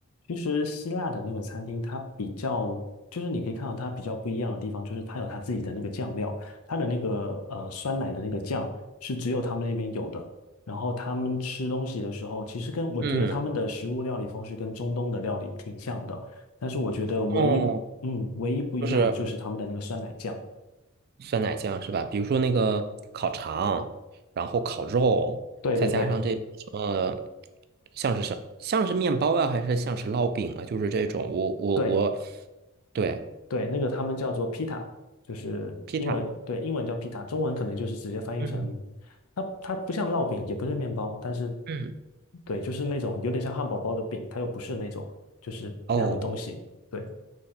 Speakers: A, on the left; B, on the right.
A: 其实希腊的那个餐厅，它比较就是你可以看到它比较不一样的地方，就是它有它自己的那个酱料，它的那个呃酸奶的那个酱是只有他们那边有的。然后他们吃东西的时候，其实跟我觉得他们的食物料理方式跟中东的料理挺像的，
B: 嗯，
A: 但是我觉得唯一嗯唯一不一样的就是他们的那个酸奶酱。
B: 嗯，就是酸奶酱是吧？比如说那个烤肠，然后烤肉，
A: 对对对
B: 再加上这什么，像是什像是面包啊，还是像是烙饼啊？就是这种，我我我，
A: 对。
B: 对
A: 对，那个他们叫做 pita，就是英文，
B: 披萨。
A: 对，英文叫 pita，中文可能就是直接翻译成，
B: 嗯
A: 它它不像烙饼，也不是面包，但是
B: 嗯，
A: 对，就是那种有点像汉堡包的饼，它又不是那种就是那样的东西。
B: 哦
A: 对，